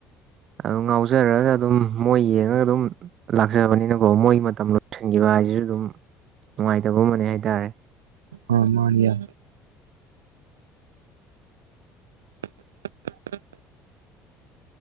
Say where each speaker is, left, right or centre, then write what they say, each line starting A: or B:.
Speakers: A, on the right; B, on the right.
A: ꯑꯗꯨ ꯉꯥꯎꯖꯔꯒ ꯑꯗꯨꯝ ꯃꯣꯏ ꯌꯦꯡꯉꯒ ꯑꯗꯨꯝ ꯂꯥꯛꯆꯕꯅꯤꯅꯀꯣ ꯃꯣꯏꯒꯤ ꯃꯇꯝ ꯂꯣꯏꯁꯤꯟꯈꯤꯕ ꯍꯥꯏꯁꯤꯁꯨ ꯑꯗꯨꯝ ꯅꯨꯡꯉꯥꯏꯇꯕ ꯑꯃꯅꯦ ꯍꯥꯏꯇꯥꯔꯦ
B: ꯑ ꯃꯥꯟꯅꯤꯌꯥ <inaudible>